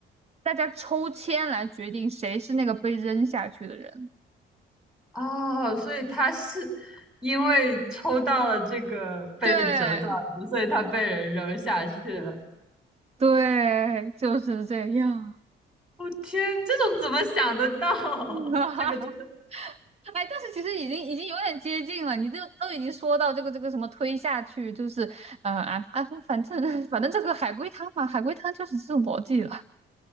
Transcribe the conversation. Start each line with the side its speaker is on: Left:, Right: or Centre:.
Right: 大家抽签来决定谁是那个被扔下去的人。
Centre: 哦，所以他是因为抽到了这个被折断的，
Right: 对。
Centre: 所以他被人扔下去了。
Right: 对，就是这样。
Centre: 我、天，这种怎么想得到？<laughs>
Right: <laughs>
Centre: 这个真的
Right: 哎，但是其实已经已经有点接近了，你都都已经说到这个这个什么推下去，就是呃啊啊，反正反正这个海龟汤嘛，海龟汤就是这种逻辑了